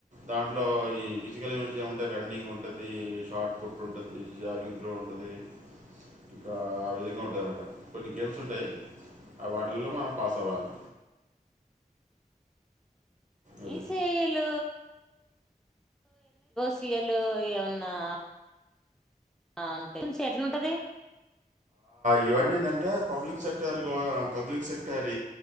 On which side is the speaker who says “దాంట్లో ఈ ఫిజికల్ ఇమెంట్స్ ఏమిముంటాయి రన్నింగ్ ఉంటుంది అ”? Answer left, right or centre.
Right